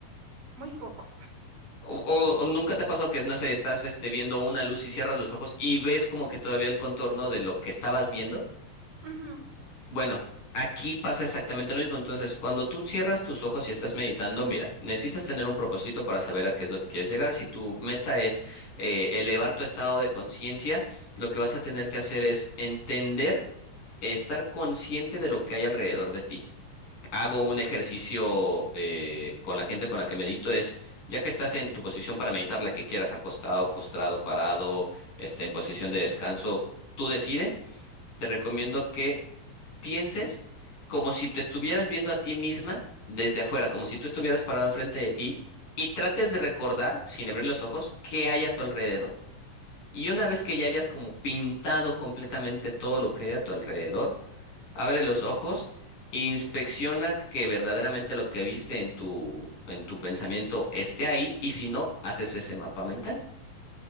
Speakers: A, on the right; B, on the left.
A: muy poco.
B: O, o- o nunca te ha pasado que, no sé, estás este, viendo una luz y cierras los ojos y ves como que todavía el contorno de lo que estabas viendo.
A: Ujú.
B: Bueno, aquí pasa exactamente lo mismo. Entonces, cuando tú cierras tus ojos y estás meditando, mira, necesitas tener un propósito para saber a qué es lo que quieres llegar. Si tu meta es eh, elevar tu estado de conciencia, lo que vas a tener que hacer es entender, estar consciente de lo que hay alrededor de ti hago un ejercicio eh, con la gente con la que medito es, ya que estás en tu posición para meditar, la que quieras, acostado, postrado, parado, este, en posición de descanso, tú decide, te recomiendo que pienses como si te estuvieras viendo a ti misma desde afuera, como si tú estuvieras parado enfrente de ti y trates de recordar, sin abrir los ojos, qué hay a tu alrededor. Y una vez que ya hayas como pintado completamente todo lo que hay a tu alrededor, Abre los ojos e inspecciona que verdaderamente lo que viste en tu, en tu pensamiento esté ahí y si no, haces ese mapa mental.